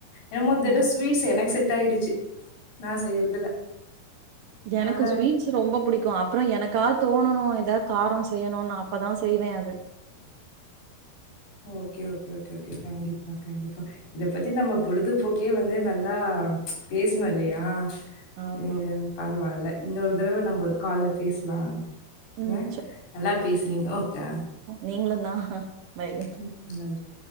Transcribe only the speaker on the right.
ம்
எனக்கு ஸ்வீட் ரொம்ப புடிக்கு அப்றோ எனக்கா தோனணு எதா காரோ செய்யணுனு அப்பதா செய்வே அது
ஆமா
ம்
நீங்களுந்தா பாய்